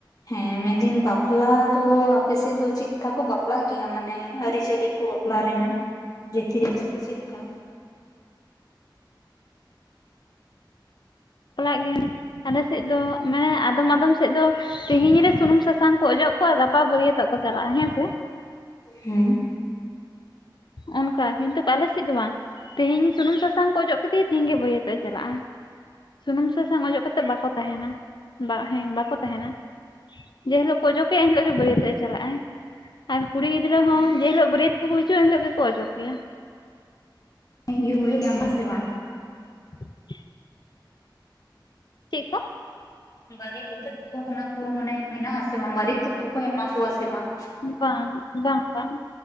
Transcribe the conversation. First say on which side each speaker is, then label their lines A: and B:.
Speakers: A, on the left; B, on the left.
A: ᱦᱮᱸ ᱢᱮᱱᱫᱟᱹᱧ ᱵᱟᱯᱞᱟ ᱫᱚ ᱟᱯᱮᱥᱮᱫ ᱫᱚ ᱪᱮᱫᱠᱟ ᱠᱚ ᱵᱟᱯᱞᱟᱜ ᱜᱮᱭᱟ ᱢᱟᱱᱮ ᱢᱟᱱᱮ ᱟᱹᱨᱤᱪᱟᱹᱞᱤ ᱠᱚ ᱵᱟᱯᱞᱟ ᱨᱮᱱᱟᱜ ᱨᱤᱛᱤ ᱨᱮᱡᱽ ᱠᱚ ᱪᱮᱫ ᱞᱮᱠᱟ?
B: ᱵᱟᱯᱞᱟᱜ ᱜᱮ ᱟᱞᱮ ᱥᱮᱫ ᱫᱚ ᱢᱟᱱᱮ ᱟᱫᱚᱢ ᱟᱫᱚᱢ ᱥᱮᱫ ᱫᱚ ᱛᱤᱦᱤᱧ ᱨᱮ ᱥᱩᱱᱩᱢ ᱥᱟᱥᱟᱝ ᱠᱚ ᱚᱡᱚᱜ ᱠᱚᱣᱟ, ᱟᱨ ᱜᱟᱯᱟ ᱵᱟᱹᱨᱤᱭᱟᱹᱛᱚᱜ ᱠᱚ ᱪᱟᱞᱟᱜᱼᱟ ᱦᱮᱸ ᱥᱮ
A: ᱦᱩᱸ
B: ᱚᱱᱠᱟ ᱠᱤᱱᱛᱩ ᱟᱞᱮ ᱥᱮᱫ ᱫᱚ ᱵᱟᱝ ᱛᱤᱦᱤᱧ ᱥᱩᱱᱩᱢ ᱥᱟᱥᱟᱝ ᱠᱚ ᱚᱡᱚᱜ ᱠᱮᱫᱮ ᱛᱤᱦᱤᱧ ᱜᱮ ᱵᱟᱹᱨᱤᱭᱟᱹᱛᱚᱜ ᱮ ᱪᱟᱞᱟᱜᱼᱟ᱾ ᱥᱩᱱᱩᱢ ᱥᱟᱥᱟᱝ ᱚᱡᱚᱜ ᱠᱟᱛᱮᱫ ᱵᱟᱠᱚ ᱛᱟᱦᱮᱱᱟ ᱵᱟ ᱦᱮᱸ ᱵᱟᱠᱚ ᱛᱟᱦᱮᱱᱟ᱾ ᱡᱮ ᱦᱤᱞᱳᱜ ᱠᱚ ᱚᱡᱚᱜ ᱜᱮ ᱦᱤᱞᱳᱜ ᱜᱮ ᱵᱟᱨᱤᱭᱟᱹᱛᱚᱜ ᱮ ᱪᱟᱞᱟᱜᱼᱟ᱾ ᱟᱨ ᱠᱩᱲᱤ ᱜᱤᱫᱽᱨᱟᱹ ᱦᱚᱸ ᱡᱮ ᱦᱤᱞᱳᱜ ᱵᱟᱹᱨᱤᱭᱟᱹᱛᱚᱜ ᱠᱚᱠᱚ ᱦᱤᱡᱩᱜᱼᱟ, ᱮᱱᱦᱤᱞᱳᱜ ᱜᱮᱠᱚ ᱚᱡᱚᱜ ᱜᱮᱭᱟ᱾
A: <unintelligible> ᱦᱮᱸ ᱥᱮ ᱵᱟᱝ
B: <inaudible> ᱪᱮᱠᱠᱟ
A: ᱵᱟᱨᱮ ᱤᱛᱟᱹᱫ ᱠᱚ ᱚᱱᱟ ᱠᱚ ᱢᱟᱱᱮ ᱢᱮᱱᱟᱜ ᱟᱥᱮ ᱵᱟᱝ ᱵᱟᱨᱮ ᱤᱛᱟᱹᱫ ᱠᱚᱠᱚ ᱮᱢᱟ ᱠᱚᱣᱟ ᱥᱮ ᱵᱟᱝ?
B: ᱵᱟᱝ ᱵᱟᱝ ᱵᱟᱝ